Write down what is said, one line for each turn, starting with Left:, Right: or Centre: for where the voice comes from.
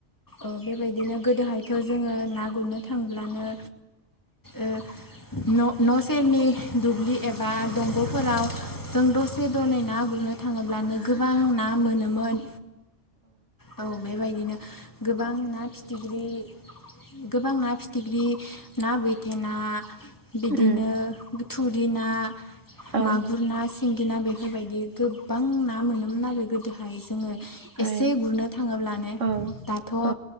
Left: ओ बेबायदिनो गोदोहायथ' जोङो ना गुरनो थांब्लानो
Right: <inaudible>
Left: ओ न' न' सेरनि दुब्लि एबा दंग'फोराव जों दसे दनै ना गुर नो थाङोब्लानो गोबां ना मोनोमोन औ बेबायदिनो गोबां ना फिथिग्रि गोबां ना फिथिग्रि, ना बैथे ना बिदिनो
Right: उम
Left: थुरि ना,
Right: औ
Left: मागुर ना, सि सिंगि ना बेफोरबायदि गोबां ना मोनोमोन आरो गोदोहाय जोङो। एसे
Right: ओइ
Left: गुरनो थाङोब्लानो
Right: औ
Left: दाथ'
Right: औ